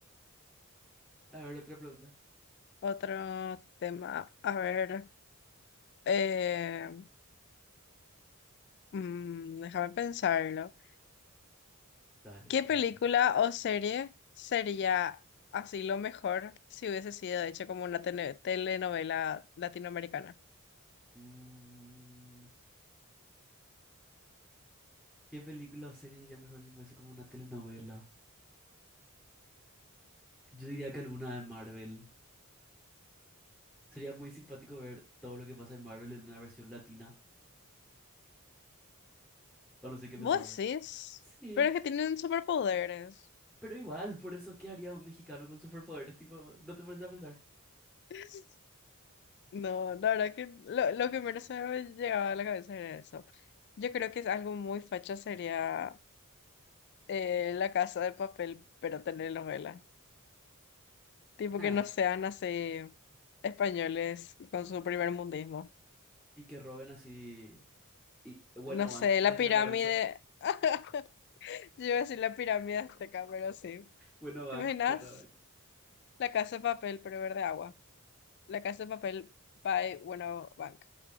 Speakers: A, in the centre; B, on the left (about 50°).
A: A ver, otra pregunta.
B: Otro tema. A ver. eh, mm, déjame pensarlo.
A: Dale,
B: ¿Qué
A: te
B: película
A: dejo pensar.
B: o serie sería así lo mejor si hubiese sido hecha como una tene- telenovela latinoamericana?
A: Mm, ¿qué película o serie sería mejor si fuese como una telenovela? Yo diría que alguna de Marvel. Sería muy simpático ver todo lo que pasa en Marvel en una versión latina. O no sé qué
B: Vos
A: pensás vos.
B: decís,
A: Sí,
B: pero es que tienen superpoderes.
A: pero igual, por eso, ¿qué haría un mexicano con superpoderes? Tipo, ¿no te pones a pensar?
B: <laughs> No, la verdad que lo, lo que menos se me llegaba a la cabeza era eso. Yo creo que es algo muy facha sería eh, la casa de papel, pero tener novela. Tipo
A: Ah,
B: que no sean así españoles con su primer mundismo.
A: y que roben así. Y bueno,
B: No
A: Bank
B: sé,
A: de
B: la pirámide.
A: San Lorenzo.
B: <laughs> Yo iba a decir la pirámide azteca, pero sí.
A: Bueno, Bank,
B: ¿Te imaginas?
A: que roben.
B: La casa de papel, pero verde agua. La casa de papel by, bueno, bank.